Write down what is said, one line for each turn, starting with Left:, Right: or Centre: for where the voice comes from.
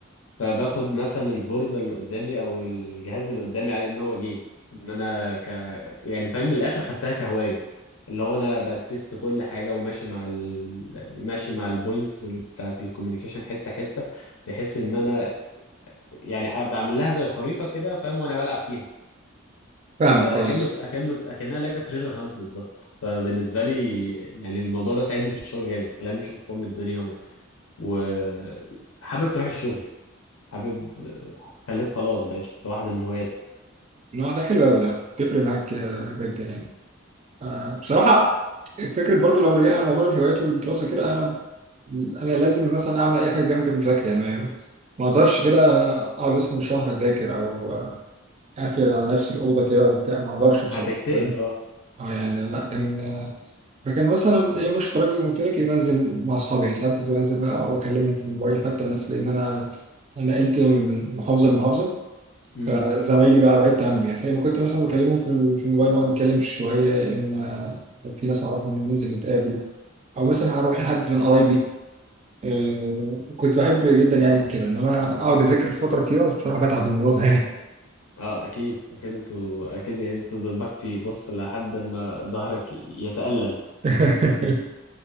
Left: فباخد مثلا البوردة اللي قدامي او الجهاز اللي قدامي على ان هو جيم ان انا ك يعني فاهم من الاخر خدتها كهواية اللي هو انا بتست كل حاجة وماشي مع ال... ماشي مع البوينتس بتاعت الكوميونيكيشن حتة حتة بحيث ان انا يعني بعمل لها زي خريطة كده فاهم وانا بلعب فيها
Right: فاهمك
Left: اكنه
Right: كويس
Left: اكنه اكنها لعبة تريجر هانت بالظبط فبالنسبة لي يعني الموضوع ده ساعدني في الشغل جامد خلاني مش قرفان من الدنيا و... وحابب تروح الشغل حابب خليت خلاص بقت واحدة من هواياتك
Right: النوع ده حلو أوي ده بتفرق معاك آه، جدا يعني آه، بصراحة فكرة برضو لو رجعنا لموضوع الهوايات والدراسة كده أنا أنا لازم مثلا أعمل أي حاجة جنب المذاكرة يعني ما ما أقدرش كده أقعد مثلا شهر أذاكر أو قافل على نفسي الأوضة كده وبتاع ما أقدرش بصراحة
Left: هتكتئب
Right: فاهم
Left: اه
Right: اه يعني لا كان فكان مثلا ايه مش تراك زي ما قلت لك إيه، بنزل مع أصحابي يعني ساعات كنت بنزل بقى وأكلمهم في الموبايل حتى ناس لأن أنا أنا نقلت من محافظة لمحافظة
Left: امم
Right: فزمايلي بقى بعدت عنهم يعني فلما كنت مثلا بكلمهم في ال- في الموبال نقعد نتكلم شوية يا إما في ناس أعرفهم ننزل نتقابل أو مثلا هروح لحد من قرايبي آه، كنت بحب جدا يعني كده إنما أقعد أذاكر فترة كتيرة بصراحة بتعب من الموضوع ده يعني
Left: اه اكيد اكيد انتوا اكيد يعني بتفضل مكفي بص لحد ما ظهرك يتألم
Right: <laughs>